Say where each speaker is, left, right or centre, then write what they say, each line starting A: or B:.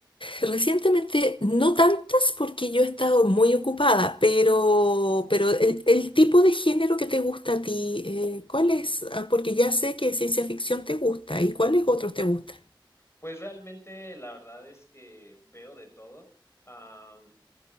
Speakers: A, on the left; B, on the left.
A: Recientemente, no tantas porque yo he estado muy ocupada, pero, pero el, el tipo de género que te gusta a ti, eh, ¿cuál es? Ah, Porque ya sé que ciencia ficción te gusta, ¿y cuáles otros te gustan?
B: Pues realmente la verdad es que veo de todo. Am,